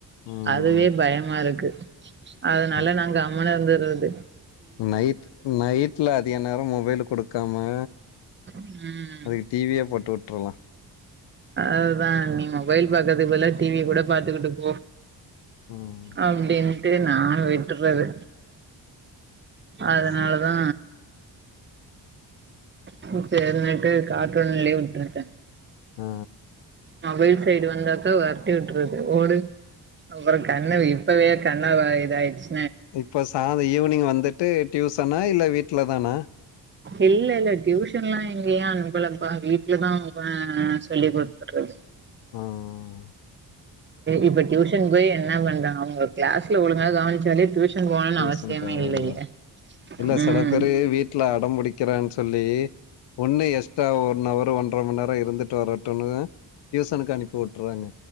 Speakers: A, on the left (about 60°); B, on the right (about 25°).
A: ம்.
B: அதுவே பயமா இருக்கு அதனால
A: ம்.
B: நா கம்முனு இருந்துடுறது
A: நைட் நைட்ல எந்நேரோ மொபைல குடுக்காம
B: ம்
A: அதுக்கு டிவியே போட்டு வுட்டுரலா
B: அதுதா நீ மொபைல் பாக்கறதுக்கு பதிலா டிவிய கூட பாத்துக்கிட்டு போ
A: ம்.
B: அப்டின்ட்டு நா விட்டுறது
A: அது
B: அதனாலதா
A: சரி.
B: பூட்டன்னக்க கார்டூன் லீவு விட்ருக்க
A: ஆ.
B: அவை சைடு வந்தாக்கா வெரட்டி விட்டுறது ஓடு அப்பறம் கண்ணு இப்பவே கண்ண இதாயிச்சு
A: இப்ப சாரு ஈவினிங் வந்துட்டு டியூசனா இல்ல வீட்லதானா
B: இல்ல இல்ல டியூஷன்லா எங்கயு அனுப்புலபா வீட்லதா பா சொல்லி குத்துட்றது
A: உம்
B: இப்ப டியூஷன் போய் என்னா பண்றாங்க அவுங்க கிளாஸ்ல ஒழுங்காக கவனிச்சாலே டியூஷன் போணுன்னு
A: டியூசன்
B: அவசியமே
A: தேவல்ல
B: இல்லையே
A: இல்ல சில
B: ம்
A: பேரு வீட் வீட்ல அடம்புடிக்கிறான் சொல்லி ஒன்னு எக்ஸ்டா ஒன்னவர் ஒன்ற மண் நேரம் இருந்துட்டு வரட்டும்ன்முன்னு டியூசன்க்கு அனுப்பி விட்டுறாங்க